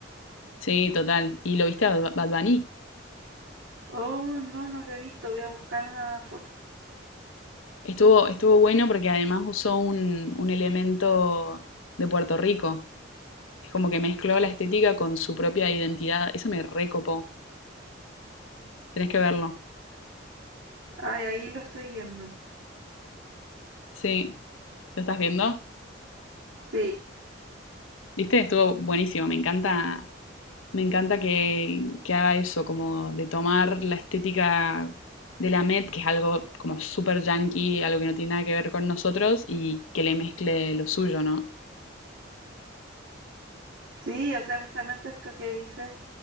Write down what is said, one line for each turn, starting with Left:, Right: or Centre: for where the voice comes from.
Left: Sí, total. ¿Y lo viste a Bad Bad Bunny?
Right: Oh, no, no lo he visto, voy a buscar una foto.
Left: Estuvo, estuvo bueno porque además usó un, un elemento de Puerto Rico. Es como que mezcló la estética con su propia identidad. Eso me recopó. Tenés que verlo.
Right: Ay, ahí lo estoy viendo.
Left: Sí. ¿Lo estás viendo?
Right: Sí,
Left: ¿Viste? Estuvo buenísimo. Me encanta, me encanta que, que haga eso, como de tomar la estética de la Met, que es algo como súper yankee, algo que no tiene nada que ver con nosotros, y que le mezcle lo suyo, ¿no?
Right: sí, o sea, justamente esto que dices,